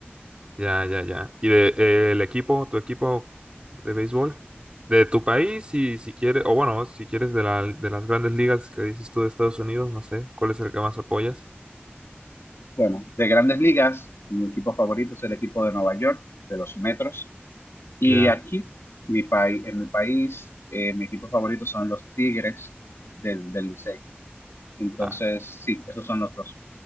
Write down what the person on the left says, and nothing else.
Bueno, de grandes ligas, mi equipo favorito es el equipo de Nueva York, de los Metros Y
aquí, mi país, en mi país, eh, mi equipo favorito son los Tigres del, del Licey. Entonces,
sí, esos son los dos.